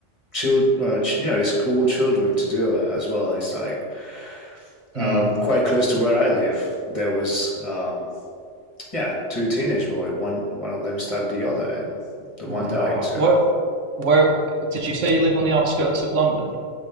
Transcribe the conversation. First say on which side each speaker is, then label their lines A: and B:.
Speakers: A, on the left; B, on the right.
A: children, uh, ch- you know, school children to do it as well, it's like
B: Hmm.
A: um, quite close to where I live. There was, um, yeah, two teenage boy. One one of them stabbed the other, and the one
B: Oh,
A: died. So,
B: where where did you say you live on the outskirts of London?